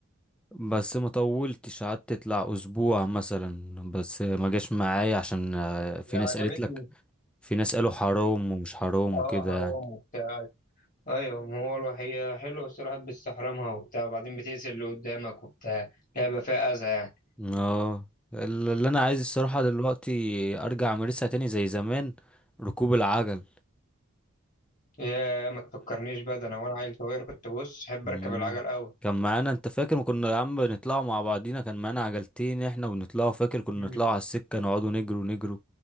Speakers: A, in the centre; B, on the left.
A: بس ما طولتش قعدت تطلع اسبوع مثلا بس ما جاش معايا عشان آه، في ناس
B: عجبتني
A: قالت لك في ناس قالوا حرام ومش حرام
B: اه
A: وكده
B: حرام
A: يعني
B: وبتاع ايوه ما هو الوحية حلوة بس الواحد بيستحرمها وبتاع وبعدين بتقتل اللي قدامك وبتاع لعبة فيها أذى يعني
A: اه ال- اللي انا عايز الصراحه دلوقتي ارجع امارسها تاني زي زمان ركوب العجل
B: يا ما تفكرنيش بقى ده انا وانا عيل صغير كنت بص احب
A: مم.
B: اركب العجل قوي
A: كان معانا انت فاكر ما كنا يا عم بنطلعوا مع بعضينا كان معانا عجلتين احنا ونطلعوا فاكر كنا
B: مم.
A: نطلعوا على السكة نقعدوا نجروا نجروا